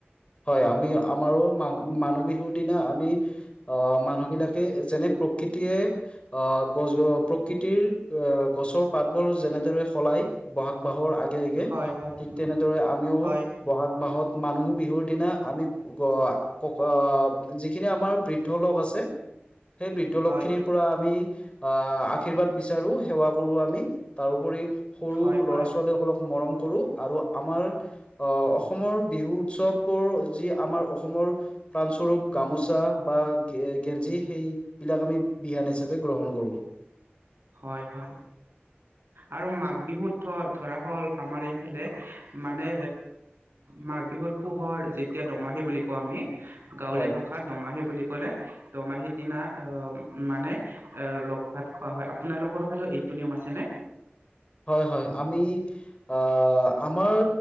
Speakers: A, on the left; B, on the right.
A: হয়, আমি আমাৰো মা মানুহ বিহুৰ দিনা আমি আহ মানুহ বিলাকে যেনে প্ৰকৃতিয়ে আহ গছ প্ৰ কৃতিৰ এ গছৰ পাতবোৰ যেনেদৰে সল লাই বহাগ মাহৰ আগে আগে,
B: হয় হয়
A: ঠিক তেনেদৰে আমিও
B: হয়
A: বহাগ মাহত মানুহ বিহুৰ দিনা আমি ক যিখিনি আমাৰ বৃ বৃদ্ধ লোক আছে, সেই বৃদ্ধ লোক
B: হয়
A: খিনিৰ পৰা আহ আশীৰ্বাদ বিচাৰো সেৱা কৰো আমি, তাৰপৰি সৰু
B: হয় হয়
A: ল'ৰা ছোৱালীসকলক মৰম কৰোঁ, আৰু আমাৰ অঁ অসমৰ বিহু উৎসৱ যি আমাৰ অসমৰ প্ৰাণস্বৰূপ গামোচা বা গেঞ্জি সেই সেই বিলাক আমি বিহুৱান হিচাপে গ্ৰহণ কৰোঁ।
B: হয়, হয়। আৰু মাঘ বিহুত ধ ধৰা হ'ল, আমাৰ এইফালে মানে মাঘ বিহুত পুহৰ যেতিয়া দোমাহি বুলি কওঁ আমি, গাঁৱলীয়া
A: হয়
B: ভাষাত দোমাহী বুলি ক'লে দোমাহীৰ দিনা অঁ মানে এ লগ ভাত খোৱা হয়। আপোনালোকৰ ফালেও এইটো নিয়ম আছে নে?
A: হয়, হয়। আমি আঁ, আমাৰ